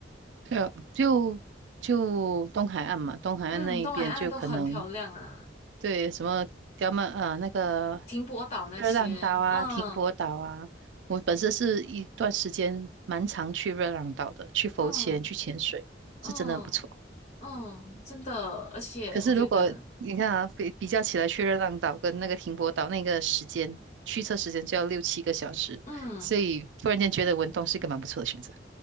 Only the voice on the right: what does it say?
对啊就就东海岸嘛，东海岸那一边就可能。
对，什么刁曼啊，那个
热浪岛啊，
停泊岛啊，我本身是一段时间蛮常去热浪岛的，去浮潜、
去潜水，
是真的很不错。
可是如果你看啊，比比较起来，去热浪岛跟那个停泊岛那个时间，驱车时间就要六七个小时，
所以突然间觉得文东是一个蛮不错的选择。